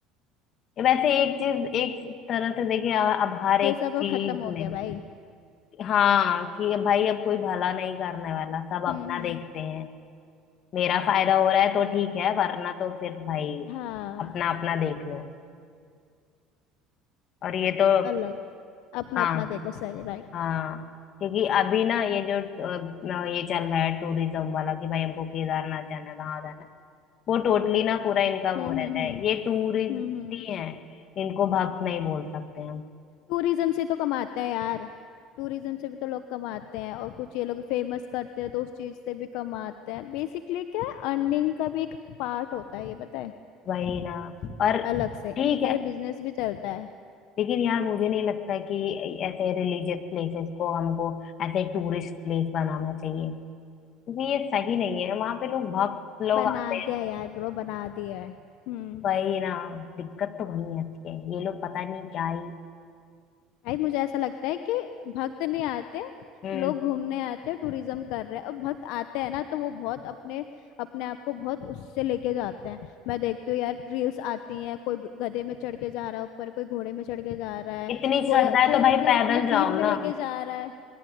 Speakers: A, on the left; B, on the left.
A: ये वैसे एक चीज एक तरह से देखे आ- अब हर एक
B: ये सब अब
A: चीज
B: खत्म हो गया
A: में
B: भाई
A: हाँ कि भाई अब कोई भला नहीं करने वाला सब अपना
B: हम्म हम्म
A: देखते हैं मेरा फायदा हो रहा है तो ठीक है वरना तो फिर भाई
B: हाँ
A: अपना अपना देख लो और ये तो
B: अलग अपना
A: हाँ
B: अपना देखो सही राइट
A: हाँ क्योंकि अभी ना ये जो अ, न- ये चल रहा है टूरिज्म वाला कि भाई हमको केदारनाथ जाना है वहां जाना है वो टोटली ना पूरा इनका
B: हम्म
A: वो रहता
B: हम्म हम्म
A: है ये टूरिस्ट
B: हम्म
A: ही है इनको भक्त नहीं बोल सकते हम
B: टूरिज्म से तो कमाते हैं यार टूरिज्म से भी तो लोग कमाते हैं और कुछ ये लोग फेमस करते हैं तो उस चीज से भी कमाते हैं बेसिकली क्या है अर्निंग का भी एक पार्ट होता है ये पता है
A: वही ना और
B: अलग से इनका
A: ठीक है
B: ये बिजनेस भी चलता है
A: लेकिन यार मुझे नहीं लगता कि ऐसे रिलीजियस प्लेसेस को हमको ऐसे टूरिस्ट प्लेस बनाना चाहिए क्योंकि ये सही नहीं है वहां पे लोग भक्त लोग
B: बना
A: आते
B: दिया
A: हैं
B: है यार ब्रो बना दिया है हम्म
A: वही ना दिक्कत तो वही आती है ये लोग पता नहीं क्या ही
B: भाई मुझे ऐसा लगता है कि भक्त नहीं आते
A: हम्म
B: लोग घूमने आते हैं टूरिज्म कर रहे हैं और भक्त आते हैं ना तो वो बहुत अपने अपने आप को बहुत उससे लेके जाते हैं मैं देखती हूँ यार रील्स आती हैं कोई गधे में चढ़ के जा रहा है ऊपर कोई घोड़े में चढ़ के जा रहा है
A: इतनी
B: कोई
A: श्रद्धा है
B: कोई
A: तो
B: मतलब
A: भाई पैदल
B: अपने
A: जाओ
B: पीठ
A: ना
B: में लेके जा रहा है